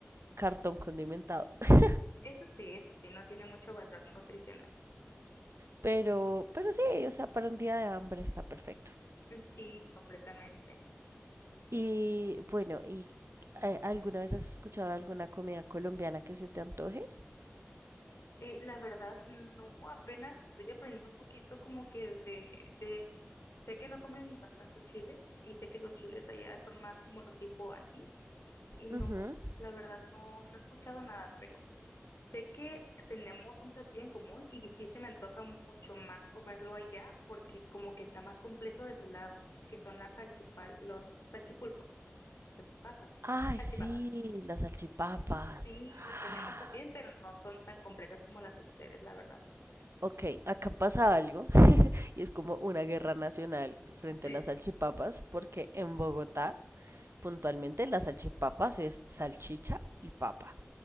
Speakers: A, on the right; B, on the left.
A: cartón condimentado. <laughs>
B: Eso sí, eso sí, no tiene mucho valor nutricional.
A: Pero, pero sí, o sea, para un día de hambre está perfecto.
B: Sí, completamente.
A: Y bueno, ¿y eh, alguna vez has escuchado alguna comida colombiana que se te antoje?
B: Eh, la verdad, no, apenas estoy aprendiendo un poquito como que de, de, sé que no comen bastante chile y sé que los chiles allá son más como los tipo ají y no,
A: Ujú.
B: la verdad, no, no he escuchado nada, pero sé que tenemos un platillo en común y sí se me antoja mucho más comerlo allá porque como que está más completo de su lado, que son las salchipal, los salchipulpos, los salchipapas,
A: Ay,
B: salchipapas.
A: sí, las salchipapas.
B: Sí,
A: <gasps> <sighs>
B: las tenemos también, pero no son tan completas como las de ustedes, la verdad.
A: Ok, acá pasa algo y es como una guerra nacional frente
B: Sí.
A: a las salchipapas, porque en Bogotá, puntualmente, las salchipapas es salchicha y papa.